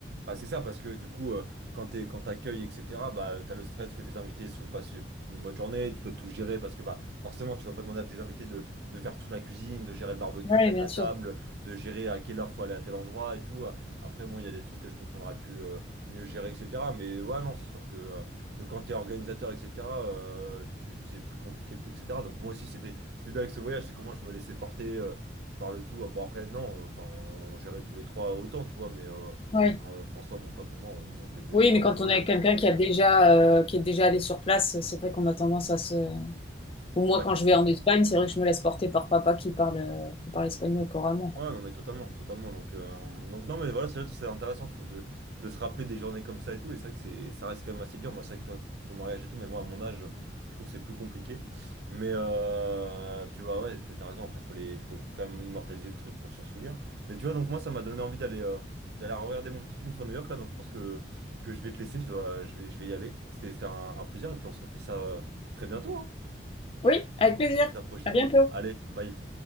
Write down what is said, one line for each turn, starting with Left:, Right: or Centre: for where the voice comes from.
Right: Bah, c'est ça, parce que du coup, euh, quand t'es, quand t'accueilles, etc., bah, t'as le stress que tes invités ne passent une bonne journée, tu dois tout gérer, parce que bah, forcément, tu vas pas demander à tes invités de, de faire toute la cuisine, de gérer le barbecue,
Left: Ouais,
Right: de mettre
Left: bien
Right: la
Left: sûr.
Right: table, de gérer à quelle heure faut aller à tel endroit et tout. euh. Après, bon, il y a des trucs que je pense qu'on aurait pu euh, mieux gérer, etc. Mais ouais, non, c'est sûr que, euh, que quand t'es organisateur, etc., euh, tu, c'est plus compliqué, etc. Donc moi aussi, c'était, c'était bien avec ce voyage, c'est comment je me laissais porter euh, par le tout. Bon, après, non, enfin, on gérait tous les trois autant, tu vois, mais... euh,
Left: Ouais.
Right: Enfin, Euh, François, bon, pape et moi, on, on se débrouillait
Left: Oui,
Right: autant,
Left: mais quand
Right: mais oui.
Left: on est avec quelqu'un qui a déjà, euh, qui est déjà allé sur place, c'est vrai qu'on a tendance à se, Ou moi,
Right: Ouais.
Left: quand je vais en Espagne, c'est vrai que je me laisse porter par papa qui parle, euh, qui parle espagnol couramment, quoi.
Right: Ouais, non, mais totalement, totalement. Donc, euh, donc non, mais voilà, c'est c'est intéressant, je trouve, de, de se rappeler des journées comme ça et tout. Et c'est vrai que c'est, ça reste quand même assez dur. Moi, c'est vrai que toi, pour ton mariage et tout, mais moi, à mon âge, je trouve que c'est plus compliqué. Mais, euh, puis ouais, ouais, puis t'as raison. Après, il faut les, faut quand même immortaliser le truc pour s'en souvenir. Mais tu vois, donc moi, ça m'a donné envie d'aller euh, d'aller regarder mon petit film sur New York, là. Donc, je pense que, que je vais te laisser. Je dois, je vais, je vais y aller. C'était, c'était un, un plaisir. Et puis, on se refait ça euh, très bientôt, hein.
Left: Oui, avec plaisir.
Right: On se refait ça prochainement.
Left: À bientôt.
Right: Allez, bye.